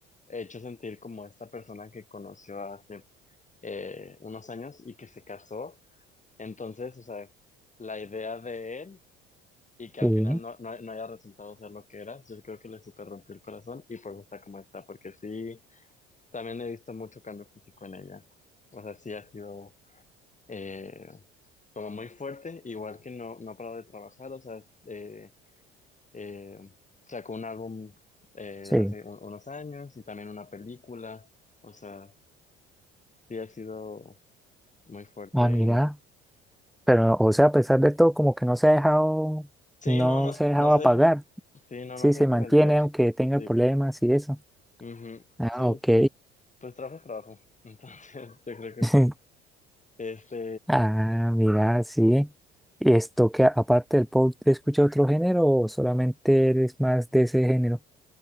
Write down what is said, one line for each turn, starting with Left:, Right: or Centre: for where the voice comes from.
Left: hecho sentir como esta persona que conoció hace eh, unos años y que se casó. Entonces, o sea, la idea de él y que
Centre: sí,
Left: al final no, no, no haya resultado ser lo que era, yo creo que le super rompió el corazón y por eso está como está, porque sí, también he visto mucho cambio físico en ella. O sea, sí ha sido eh, como muy fuerte, igual que no, no ha parado de trabajar, o sea, eh, Eh, sacó un álbum eh,
Centre: sí.
Left: hace un- unos años y también una película. O sea, sí ha sido muy fuerte
Centre: Ah, mira.
Left: y no.
Centre: Pero, o sea, a pesar de todo, como que no se ha dejado,
Left: Sí,
Centre: no
Left: no, no,
Centre: se ha dejado
Left: no se
Centre: apagar.
Left: deja. Sí, no,
Centre: Sí,
Left: no se
Centre: se
Left: deja
Centre: mantiene
Left: vencer.
Centre: aunque tenga
Left: Sí,
Centre: problemas y eso.
Left: ujú.
Centre: Ah,
Left: Sí,
Centre: ok.
Left: pues trabajo, es trabajo. Entonces, <laughs> yo creo que,
Centre: <laughs>
Left: este,
Centre: Ah, mira, sí. ¿Y esto que aparte del pop escucha otro género o solamente eres más de ese género?